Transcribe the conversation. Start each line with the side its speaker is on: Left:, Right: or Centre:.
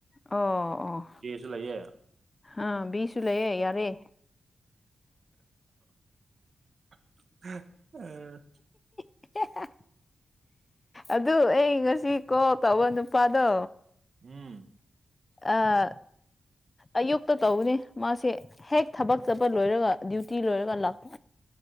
Left: ꯑꯣ ꯑꯣ
Right: ꯑꯦꯁꯨ ꯂꯩꯌꯦ
Left: ꯑꯥ ꯕꯤꯁꯨ ꯂꯩꯌꯦ ꯌꯥꯔꯦ
Right: <unintelligible>
Left: ꯍꯦ ꯍꯦ ꯑꯗꯨ ꯑꯩ ꯉꯁꯤ ꯀꯣꯜ ꯇꯧꯕ ꯅꯨꯄꯥꯗꯣ
Right: ꯎꯝ
Left: ꯑꯥ ꯑꯌꯨꯛꯇ ꯇꯧꯕꯅꯦ ꯃꯥꯁꯦ ꯍꯦꯛ ꯊꯕꯛ ꯆꯠꯄ ꯂꯣꯏꯔꯒ ꯗ꯭ꯌꯨꯇꯤ ꯂꯣꯏꯔꯒ ꯂꯥꯛꯄ